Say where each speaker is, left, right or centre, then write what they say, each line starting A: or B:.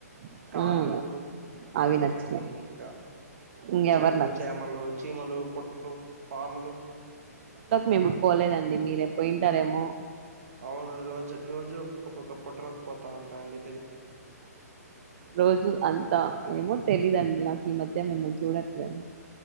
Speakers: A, on the right (about 40°); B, on the right (about 65°).
A: ఉమ్
B: కార్లు ఉ
A: అవి
B: చెప్పండి
A: నచ్చినాయి
B: ఇంకా
A: ఇంకెవరు
B: చెట్లు
A: నచ్చ
B: చేమలు చీమలు పుట్లు పాములు
A: మేముప్పుడు పోలేదండి మీరే పోయింటారేమో
B: అవును రోజు రోజు ఒక్కొక్క పుటలోకు పోతా ఉంటాండి
A: రోజు
B: మ్,
A: అంతా ఏమో తెలీదండి నాకు ఈ మధ్య మిమ్మల్ని చూడట్ లే